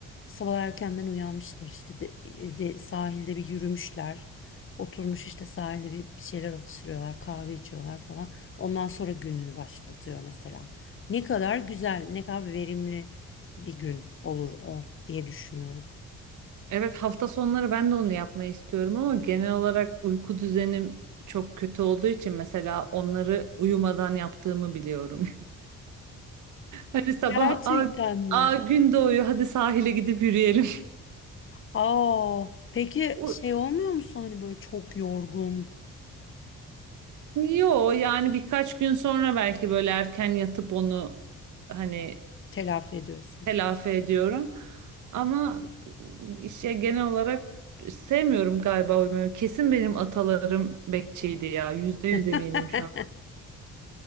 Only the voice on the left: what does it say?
Sabah erkenden uyanmışlar işte de, e, de- sahilde bir yürümüşler. Oturmuş işte sahilde bir, bir şeyler atıştırıyorlar, kahve içiyorlar falan. Ondan sonra gününü başlatıyor mesela. Ne kadar güzel, ne kadar verimli bir gün olur o diye düşünüyorum.
Gerçekten
mi?
Aa, peki
şey olmuyor musun hani böyle çok yorgun?
telafi ediyorsun.
<laughs>